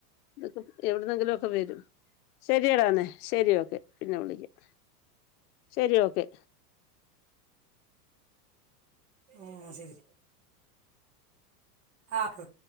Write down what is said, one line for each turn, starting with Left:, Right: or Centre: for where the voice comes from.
Left: അതൊക് എവിടുന്നെങ്കിലൊക്കെ വരും ശരിയടാ എന്നെ ശരി ഓക്കെ പിന്നെ വിളിക്കാം ശരി ഓക്കെ
Right: ആഹ് ശരി ആഹ്